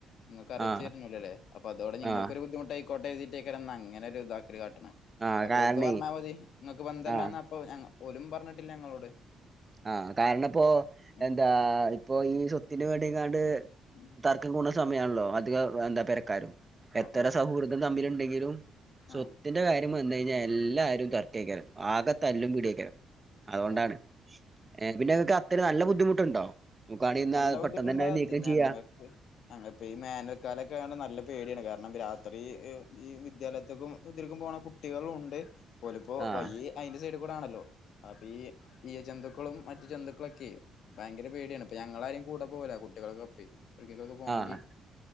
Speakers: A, on the left; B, on the right.
A: നിങ്ങൾക്ക് അറിയിച്ചു
B: ആഹ്
A: തരണില്ലല്ലേ അപ്പ അതോടെ ഞങ്ങക്ക്
B: ആഹ്
A: ഒരു ബുദ്ധിമുട്ടായി കോട്ടെ എഴുതിട്ടേക്ക അങ്ങനെ ഇതാക്ക് കാട്ട
B: ആഹ്
A: അപ്പോ
B: കാരണേ
A: ഓലിക്ക് പറഞ്ഞാൽ മതി നിങ്ങക്ക് ബന്തല്ലന്ന്
B: ആഹ്
A: അപ്പ ഞങ്ങൾ ഓലും പറഞ്ഞിട്ടില്ല ഞങ്ങളോട്
B: ആഹ് കാരണം ഇപ്പോ
A: ഉം
B: എന്താ ഇപ്പൊ ഈ സ്വത്ത് ത്തിന് വേണ്ടിയെങ്ങാണ്ട്
A: ഉം
B: തർക്കം കൂടണ സമയമാണല്ലോ അതികം എന്താ പെരക്കാരും
A: ആഹ്
B: എത്ര
A: ആഹ്
B: സൗഹൃദം തമ്മിലുണ്ടെങ്കി തും സ്വത്തിന്റെ
A: ആഹ്
B: കാര്യം വന്നഴിഞ്ഞ എല്ലാരും തർക്കക്കണം ആക തല്ലും പിടിയക്കണ്. അതുകൊണ്ടാണ്.
A: ആഹ്
B: പിന്നെ ങ്ങക്ക് അത്തര് നല്ല ബുദ്ധിമുട്ടുണ്ടോ? നമുക്കാണെന്നാ
A: നല്ല ബുദ്ധിട്ടുണ്ട്.
B: പെട്ടെന്ന് തന്നെ അത് നീക്കം
A: അ ഞങ്ങക്ക്
B: ചെയ്യാ
A: ഞങ്ങപ്പോ ഈ മാനുവക്കാലൊക്കെ ആ നല്ല പേടിയാണ് കാരണം രാത് അത്ര ഈ വിദ്യാലയത്തിക്കും ഇതിർക്കും പോണ കുട്ടികളും ഉണ്ട്. പോലിപ്പോ
B: ആഹ്
A: വയ അതിന്റെ സൈ ക്കൂടാണല്ലോ അപ്പൊ ഈ ഇയ ജന്തുക്കളും മറ്റു ജന്തുക്കളൊക്കെ ഭയങ്കര പേടിയാണ്. ഞങ്ങള ആരും കൂടെ പോവല കുട്ടികൾക്കൊപ്പേ ഇക്കികൊക്കെ പോണങ്കി
B: ആഹ്